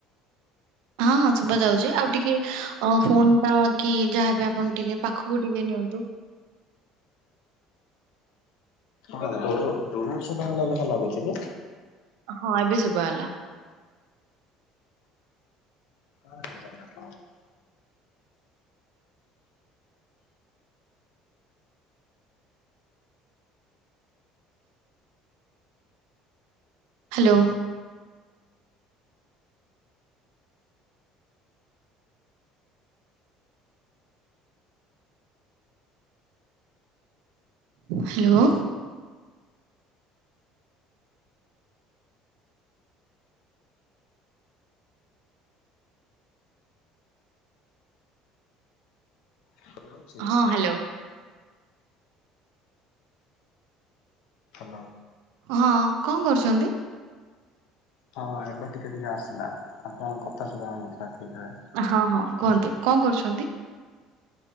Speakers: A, on the right; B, on the left.
A: ହଁ ହଁ ଶୁଭା ଯାଉଛି ଆଉ ଟିକେ ଅ ଫୋନ ଟା କି ଯାହାବି ଆପଣ ଟିକେ ପାଖକୁ ଟିକେ ନିଅନ୍ତୁ।
B: ଦ ଦରରୁ ସା ହେଲା ଦେଖା ଲାଗୁଛି କି?
A: ହଁ ଏବେ ଶୁଭା ହେଲା।
B: <inaudible>
A: ହ୍ୟାଲୋ। ହ୍ୟାଲୋ।
B: ହଁ।
A: ହଁ ହ୍ୟାଲୋ।
B: ହଲୋ।
A: ହଁ କଣ କରୁଛନ୍ତି?
B: ହଁ ଏବେ ଟିକେ ଟିକେ ଆସିଲା ଆପଣଙ୍କ କଥା ସୁଭାଉନଥିଲା ଠିକରେ।
A: ହଁ ହଁ କୁହନ୍ତୁ କଣ କରୁଛନ୍ତି?